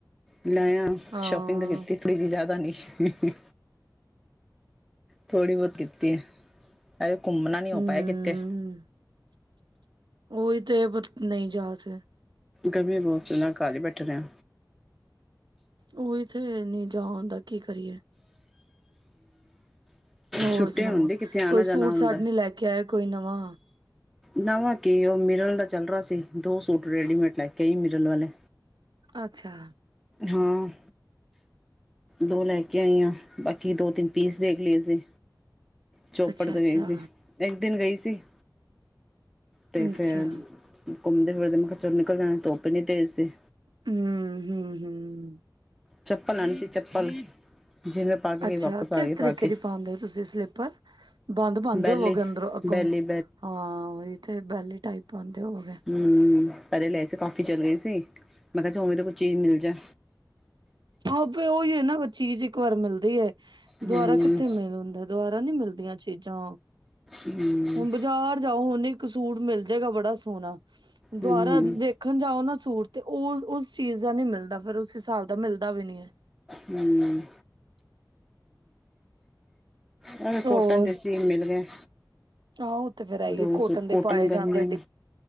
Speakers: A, in the centre; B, on the right.
A: ਲੈਆ
B: ਹਾਂ
A: ਸ਼ੋਪਿੰਗ ਤਾਂ ਕੀਤੀ ਥੋੜ੍ਹੀ ਜਿਹੀ, ਜ਼ਿਆਦਾ ਨਹੀਂ। ਥੋੜ੍ਹੀ ਬਹੁਤ ਕੀਤੀ ਹੈ। ਅ ਘੁੰਮਣਾ ਨੀ ਹੋ
B: ਹੂੰ
A: ਪਾਇਆ ਕਿਤੇ।
B: ਉਹੀ ਤੇ ਨਹੀਂ ਜਾਦੇ
A: ਗਰਮੀ ਬਹੁਤ ਸੀ ਨਾ, ਘਰ ਹੀ ਬੈਠੇ ਰਿਹੈਂ।
B: ਓ ਇੱਥੇ ਨਹੀਂ ਜਾ ਹੁੰਦਾ, ਕੀ ਕਰੀਏ? ਹੋਰ
A: ਛੁੱਟੀ
B: ਸੁਣਾਓ,
A: ਹੁੰਦੀ ਕਿੱਥੇ ਆਣਾ
B: ਕੋਈ
A: ਜਾਣਾ
B: ਸੂਟ-
A: ਹੁੰਦਾ।
B: ਸਾਟ ਨੀ ਲੈ ਕੇ ਆਏ, ਕੋਈ ਨਵਾ।
A: ਨਵਾਂ ਕੀ, ਉਹ ਮਿਰਰ ਦਾ ਚੱਲ ਰਿਹਾ ਸੀ, ਦੋ ਸੂਟ ਰੈਡੀਮੇਡ ਲੈ ਕੇਈ ਮਿਰਲ ਵਾਲੇ।
B: ਅੱਛਾ
A: ਹਾਂ ਦੋ ਲੈ ਕੇ ਆਈਆਂ ਬਾਕੀ ਦੋ ਤਿੰਨ ਪੀਸ ਦੇਖ ਲਏ ਅਸੀਂ ਚੋਪੜ
B: ਅੱਛਾ
A: ਤੋਂ
B: ਅੱਛਾ
A: ਗਈ ਸੀ ਇੱਕ ਦਿਨ ਗਈ ਸੀ ਤੇ ਤੇ ਫਿਰ
B: ਅੱਛਾ
A: ਘੁੰਮਦੇ ਫਿਰਦੇ ਮੈਂ ਕਿਹਾ ਚੱਲ ਨਿਕਲ ਜਾਣਾ ਧੁੱਪ ਐਨੀ ਤੇਜ਼ ਸੀ
B: ਹੂੰ ਹੂੰ ਹੂੰ
A: ਚਪਲ ਲੈਣੀ ਸੀ ਚੱਪਲ ਜਿਵੇਂ ਪਾ ਕੇ
B: ਅੱਛਾ
A: ਗਈ ਵਾਪਸ ਆ
B: ਕਿਸ
A: ਗਈ
B: ਤਰੀਕੇ
A: ਪਾ ਕੇ
B: ਦੀ ਪਾਂਦੇ ਹੋ ਤੁਸੀਂ ਸਲੀਪਰ ਬੰਦ ਪਾਂਦੇ
A: ਬੈਲੀ
B: ਹੋਵੋਗੇ ਅੰਦਰੋਂ ਅੱਗੋਂ
A: ਬੈਲੀ
B: ਹਾਂ ਉਹੀ ਤੇ ਬੈਲੀ ਟਾਈਪ ਪਾਉਂਦੇ ਹੋਵੋਗੇ
A: ਹੂੰ ਪਰ <unintelligible> ਕਾਫੀ ਚੱਲ ਗਈ ਸੀ ਮੈਂ ਕਿਹਾ ਚੱਲ ਉਵੇਂ ਤਾਂ ਕੁਝ ਚੀਜ਼ ਮਿਲ ਜਾ
B: ਹਾਂ ਉਹੀ ਹੈ ਨਾ ਚੀਜ਼ ਇੱਕ ਵਾਰ ਮਿਲਦੀ ਹੈ
A: ਹਮ
B: ਦੁਆਰਾ ਕਿੱਥੇ ਮਿਲ ਹੁੰਦਾ ਦੁਆਾਰਾ ਨੀ ਮਿਲਦੀਆਂ ਚੀਜ਼ਾਂ
A: ਹਮ
B: ਹੁਣ ਬਜ਼ਾਰ ਜਾਓ ਓਨੇ ਇੱਕ ਸੂਟ ਮਿਲ ਜਾਏਗਾ ਬੜਾ ਸੋਹਣਾ ਦੁਬਾਰਾ
A: ਹਮ
B: ਵੇਖਣ ਜਾਓ ਨਾ ਸੂਟ ਤੇ ਉਹ ਉਸ ਚੀਜ਼ ਦਾ ਨਹੀਂ ਮਿਲਦਾ ਫਿਰ ਉਸ ਸਾਲ ਤਾਂ ਮਿਲਦਾ ਵੀ ਨੀ
A: ਹੂੰ ਹੂੰ
B: ਹੋਰ
A: ਕੋਟਨ ਦੇ ਸੀ ਮਿਲ ਗਏ
B: ਆਹੋ ਉਹ ਤੇ ਫੇਰ ਹੈ ਹੀ
A: ਦੋ
B: ਆ ਕੋਟਨ
A: ਸੂਟ
B: ਦੇ ਪਾਏ
A: ਗਰਮੀ
B: ਜਾਂਦੇ ਐੇ